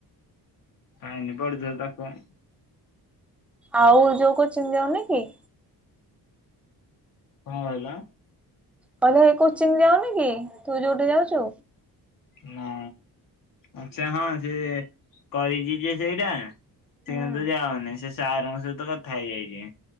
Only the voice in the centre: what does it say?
ଆଉ ଯୋଉ କୋଚିଂ ଯାଉନି କି?
କହିଲି ହେ କୋଚିଂ ଯାଉନି କି ତୁ ଯୋଉଠି ଯାଉଚୁ?
ହୁଁ